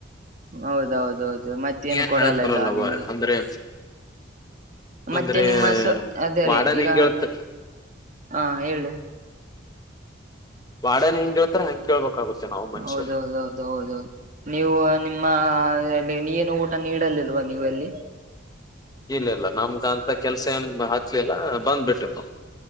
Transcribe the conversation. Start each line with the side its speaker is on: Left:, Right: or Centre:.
Right: ಹೌದೌದೌದು ಮತ್ತೇನು
Left: ಏನ್
Right: ಕೊಡಲ್ಲಲ್ಲ
Left: ಹೇಳಕ್ ಬರಲ್ಲವ
Right: ನಿಮ್ಗೆ.
Left: ಅಂದ್ರೆ
Right: ಮತ್ತೆ
Left: ಅಂದ್ರೆ
Right: ನಿಮ್ಮ ಹೆಸು ಅದೇ
Left: ವಾಡನ್
Right: ರೀ ಈಗ
Left: ಹೆಂಗ ಹೇಳ್ತ
Right: ಹ ಹೇಳಿ.
Left: ವಾರ್ಡನ್ ಹೆಂಗ್ ಹೇಳ್ತಾರ ಹಂಗ್ ಕೇಳ್ಬೇಕಾಗುತ್ತೆ. ನಾವು ಮನುಷ್ಯರು
Right: ಹೌದೌದೌದ ಹೌದೌದು ನೀವು ನಿಮ್ಮ ಎಲ್ಲಿ ಏನು ಊಟ. ನೀಡಲಿಲ್ವಾ ನೀವೆಲ್ಲಿ.
Left: ಇಲ್ಲ ಇಲ್ಲ ನಮ್ಗ ಅಂತ ಕೆಲ್ಸ ಏನ್ ಹಾಕ್ಲಿಲ್ಲ ಬಂದ್ಬಿಟಿ ನೂ.